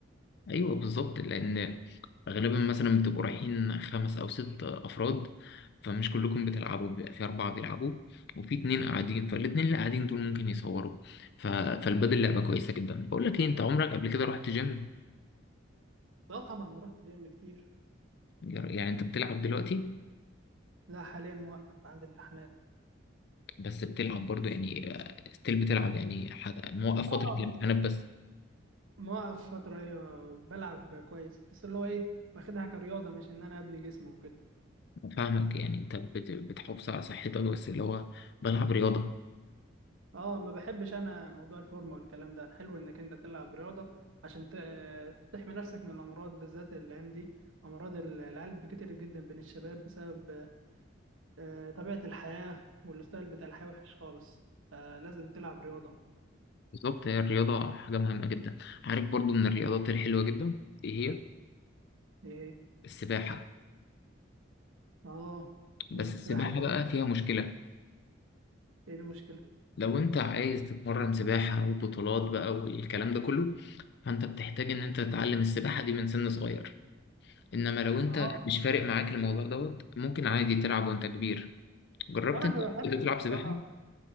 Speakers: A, on the left; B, on the right.
A: ايوه بالظبط لان غالبا مثلا بتبقوا رايحين خمس او ست افراد فمش كلكم بتلعبوا بيبقى في اربعه بيلعبوا وفي اتنين قاعدين فالاتنين اللي قاعدين دول ممكن يصوروا ف... فالبدل لعبه كويسه جدا بقول لك ايه انت عمرك قبل كده رحت جيم
B: لا طبعا رحت جيم كتير
A: يعني انت بتلعب دلوقتي
B: لا حاليا موقف عندي امتحانات
A: بس بتلعب برضو يعني ستيل بتلعب يعني حد موقف
B: اه
A: فتره الامتحانات بس
B: موقف فترة أيوة بلعب كويس بس اللي هو إيه واخدها كرياضة مش إن أنا أبني جسم وكده
A: فاهمك يعني انت بت... بتحافظ على صحتك بس اللي هو بلعب رياضه
B: اه ما بحبش انا موضوع الفورمه والكلام ده حلو انك انت تلعب رياضه عشان ت- تحمي نفسك من الامراض بالذات الايام دي امراض ال- القلب كتير جدا بين الشباب بسبب آه، طبيعه الحياه والستايل بتاع الحياه وحش خالص فلازم تلعب رياضه
A: بالظبط هي الرياضة حاجة مهمة جدا عارف برضو من الرياضات الحلوة جدا ايه هي
B: ايه
A: السباحة
B: اه
A: بس
B: ان السباحه
A: السباحة
B: ده
A: بقى فيها مشكلة
B: ايه المشكله
A: لو انت عايز تتمرن سباحة وبطولات بقى والكلام ده كله فانت بتحتاج ان انت تتعلم السباحة دي من سن صغير انما لو انت
B: اه
A: مش فارق معاك الموضوع دوت ممكن عادي تلعب وانت كبير جربت
B: انا
A: انت
B: ما
A: قبل
B: بحبش
A: كده تلعب
B: بصراحه
A: سباحة